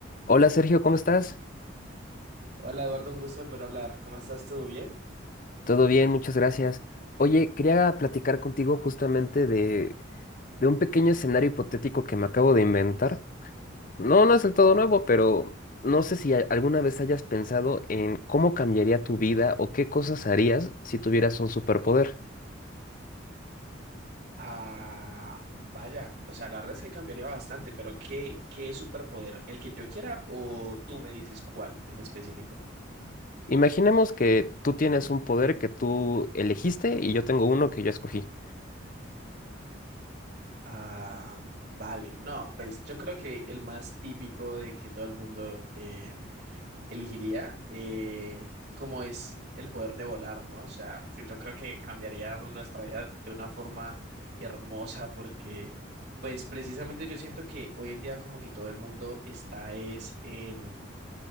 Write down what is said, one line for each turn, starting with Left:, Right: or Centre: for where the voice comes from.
Left: Hola Sergio, ¿cómo estás?
Right: Hola Eduardo, un gusto volver a hablar. ¿Cómo estás? ¿Todo bien?
Left: Todo bien, muchas gracias. Oye, quería platicar contigo justamente de, de un pequeño escenario hipotético que me acabo de inventar. No, no es del todo nuevo, pero no sé si a- alguna vez hayas pensado en cómo cambiaría tu vida o qué cosas harías si tuvieras un superpoder.
Right: Ah, vaya, o sea, la verdad es que cambiaría bastante, pero ¿qué, qué superpoder? ¿El que yo quiera o tú me dices cuál en específico?
Left: Imaginemos que tú tienes un poder que tú elegiste y yo tengo uno que yo escogí.
Right: Ah, vale. No, pues yo creo que el más típico de que todo el mundo eh, elegiría, eh, como es el poder de volar, ¿no? O sea, que yo creo que cambiaría nuestra vida de una forma hermosa porque, pues precisamente yo siento que hoy en día como que todo el mundo está es en